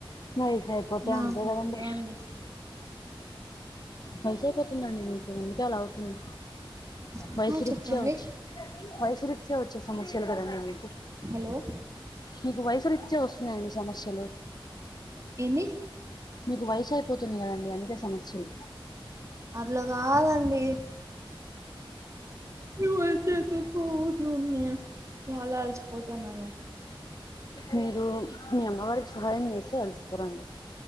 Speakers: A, on the left; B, on the right.
A: వయసు అయిపోతే
B: నాకు
A: అంతే కదండి
B: కూడా అండి
A: వయసు అయిపోతుందండి మీకు అందుకే అలా అవుతుంది
B: ఆ
A: వయసు వృత్య
B: చెప్పండి
A: వచ్చి వయసు వృత్య వచ్చే సమస్యలు కదండి అవి
B: హలో
A: మీకు వయసు వృత్య వస్తున్నాయండి సమస్యలు
B: ఏంది
A: మీకు వయసు అయిపోతుంది కదండి అందుకే సమస్యలు
B: అట్లా కాదండి ఈ మధ్య ఎందుకో ఊరు ఊరునే చాలా అల్చిపోతున్నాను
A: మీరు మీ అమ్మ వాళ్ళకి సహాయం చేస్తే అలిసి పోరండి